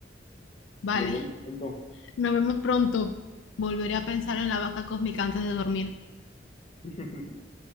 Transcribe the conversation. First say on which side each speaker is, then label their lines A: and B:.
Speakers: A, on the left (about 80°); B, on the left (about 35°).
A: Vale,
B: Nos vemos pronto.
A: nos vemos pronto. Volveré a pensar en la vaca cósmica antes de dormir.
B: <laughs>